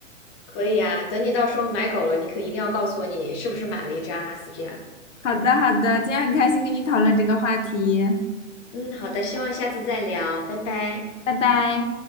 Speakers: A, on the left; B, on the left.
A: 可以啊，等你到时候买狗了，你可一定要告诉我你是不是买了一只阿拉斯加。
B: 好的，好的，今天很开心跟你讨论这个话题，
A: 嗯，好的，希望下次再聊，拜拜。
B: 拜拜。